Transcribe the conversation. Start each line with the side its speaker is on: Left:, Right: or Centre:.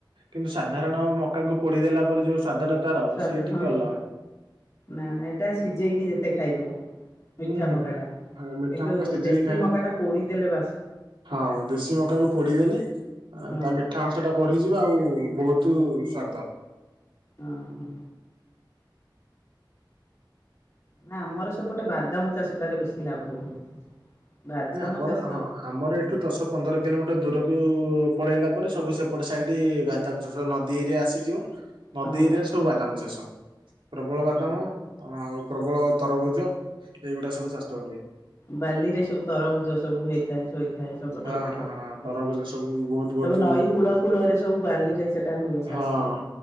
Right: କିନ୍ତୁ ସାଧାରଣ ମକାକୁ ପୋଡିଦେଲା ପରେ ଯୋଉ ସ୍ଵାଦ ଟା ତାର
Left: ସ୍ୱାଦ
Right: ସିଏ ଟିକେ
Left: ହଁ
Right: ଅଲଗା।
Left: ନା ନା ଏଟା ସିଝେଇକି ଯେତେ ଖାଇବ। ମିଠା
Right: ହୁଁ ହୁଁ
Left: ମକା ଟା କିନ୍ତୁ
Right: ହଁ ମିଠା ମକା ସିଝେଇକି
Left: ଦେଶୀ
Right: ଖାଇବେ
Left: ମକା ଟା ପୋଡି ଦେଲେ ବା
Right: ହଁ ଦେଶୀ ମକା କୁ ପୋଡ଼ିଦେଲେ
Left: ହଁ
Right: ତା ମିଠା ଅଂଶ ଟା ବଢିଯିବ ଆଉ ବହୁତ ସ୍ୱାଦ।
Left: ହଁ ହଁ। ନା ଆମର ସେପଟେ ବାଦାମ ଚାଷ ଟାରେ ବେଶୀ ଲାଭ ହୁଏ। ବାଦାମ
Right: ଆମର
Left: ଚାଷ
Right: ହଁ ଆମର
Left: ହଁ
Right: ଏଠୁ ଦଶ ପନ୍ଦର କିଲୋମିଟର ଦୂରକୁ ପଳେଇଲା ପରେ ସବୁ ସେପଟ ସାଇଡ ବାଦାମ ଚାଷ ନଦୀ ଏରିଆ ଆସିଯିବ ନଦୀ
Left: ହଁ
Right: ଏରିଆରେ ସବୁ ବାଦାମ ଚାଷ। ପ୍ରବଳ ବାଦାମ
Left: ହଁ
Right: ଆଉ ପ୍ରବଳ ତରଭୁଜ ଏଇଗୁଡ଼ା ସବୁ ଚାଷ ହୁଏ।
Left: ବାଲି ରେ ସବୁ ତରଭୁଜ ସବୁ ହେଇଥାଏ। ହୋଇଥାଏ ସବୁ ବଡବଡ
Right: ହଁ ହଁ
Left: ଥାଏ
Right: ହଁ ତରଭୁଜ
Left: ସବୁ
Right: ବହୁତ ବହୁତ
Left: ନଈ କୂଳ କୂଳରେ ସବୁ ବାଲି ଯାଏ ସେଟା ହୁ ଚାଷ।
Right: ହଁ